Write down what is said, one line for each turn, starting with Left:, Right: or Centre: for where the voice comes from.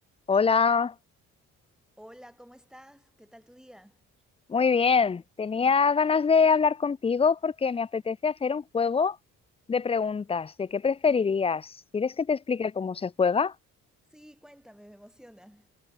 Left: Hola,
Centre: Hola, ¿cómo estás? ¿Qué tal tu día?
Left: muy bien. Tenía ganas de hablar contigo porque me apetece hacer un juego de preguntas. ¿De qué preferirías? ¿Quieres que te explique cómo se juega?
Centre: Sí, cuéntame, me emociona.